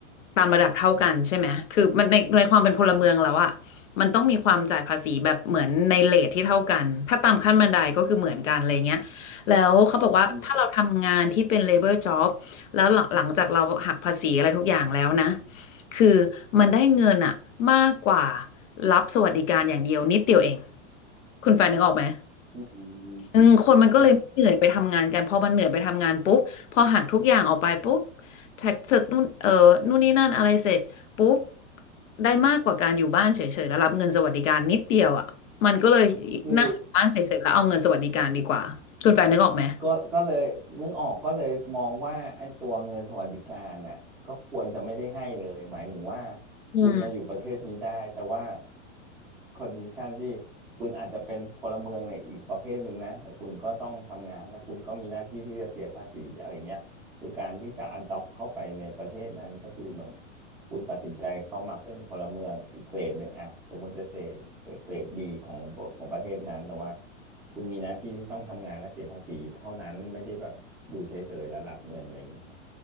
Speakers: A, on the left (about 80°); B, in the centre.
A: ตามระดับเท่ากันใช่ไหมคือมันในในความเป็นพลเมืองแล้วอะมันต้องมีความจ่ายภาษีแบบเหมือนในเรทที่เท่ากันถ้าตามขั้นบันไดก็คือเหมือนกันอะไรเงี้ยแล้วเขาบอกว่าถ้าเราทำงานที่เป็น
B: อืม
A: l a b o จ็อ b แล้วหลังหลังจากเราหักภาษีอะไรทุกอย่างแล้วนะคือมันได้เงินอะมากกว่ารับสวัสดิการอย่างเดียวนิดเดียวเองคุณแฟนนึกออกไหม
B: อืมอืม
A: อืมคนมันก็เลยไม่เหนื่อยไปทำงานกัน
B: ฮะ
A: พอมันเหนื่อยไปทำงานปุ๊บพอหักทุกอย่างออกไปปุ๊บแท็กเสร็จนู่นเออนู่นนี่นั่นอะไรเสร็จปุ๊บได้มากกว่าการอยู่บ้านเฉยๆแล้วรับเงินสวัสดิการนิดเดียวอ่ะมันก็เลย
B: คือ
A: นั่งอยู่บ้านเฉยๆแล้วเอาเงินสวัสดิการดีกว่าคุณแฟนนึกออกไหม
B: ก็ก็เลยนึกออกก็เลยมองว่าไอ้ตัวเงินสวัสดิการน่ะก็ควรจะไม่ได้ให้เลยหมายถึงว่า
A: อืม
B: คุณมาอยู่ประเทศนี้ได้แต่ว่าคอนดิชันที่คุณอาจจะเป็นพลเมืองในอีกประเภทหนึ่งนะแต่คุณก็ต้องทำงานแล้วคุณก็มีหน้าที่ที่จะเสียภาษีอะไรเงี้ยคือการที่จะ adopt เข้าไปในประเทศนั้นก็คือเหมือนคุณตัดสินใจเข้ามาเป็นพลเมืองอีกเกรดหนึ่งอะสมมติจะเซอีกเกรดบีของของประเทศนั้นแต่ว่า คุณมีหน้าที่ที่ต้องทำงานและเสียภาษีเท่านั้นไม่ได้แบบอยู่เฉยๆแล้วรับเงินอะไรอย่างเงี้ยครับ